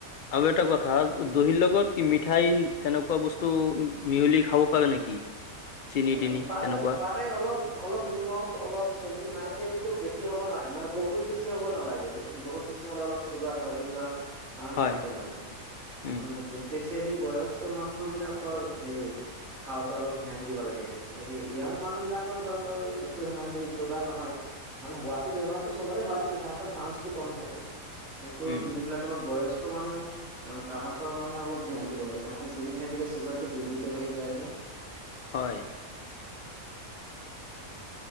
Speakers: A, on the left; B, on the right.
A: আৰু এটা কথা দহিৰ লগত কি মিঠাই তেনেকুৱা বস্তু মিহলি খাব পাৰে নেকি। চেনি
B: উম,
A: তেনি
B: পাৰে,
A: তেনেকুৱা
B: পাৰে, অলপ, অলপ নিমখ অলপ চেনি মানে চেনীটো বেছি হ'ব নাগ মান বহুত বেছি হ'ব নালাগে। বতু বহুত বেছি হ'লে অলপ চুগাৰ বাঢ়ি যোৱা। চান্স
A: হয়
B: থাকে মানে
A: উম
B: উ, স্পেচিয়েলি বয়স মানুহ বিলাকৰ হেৰি খাওঁতে অলপ ধান দিব লাগে হেৰি য়াং মানুহ বিলাকৰ বাৰু আৰু একো সিমান হেৰি যোগাৰ নহয়। মানে হোৱাাতটো বেমাৰতটো সবৰে হয়, নাই, তাহাঁতৰ চান্সটো কম থাকে। কিন্তু
A: উম
B: যিবিলাক অলপ বয়স মানুহ তাহতৰ মানে অলপ ধ্যান দিব লাগে তাহাঁতে চেনি খাই দিলে চুগাৰটো জল্দি কে, ভাই যায়তে।
A: হয়।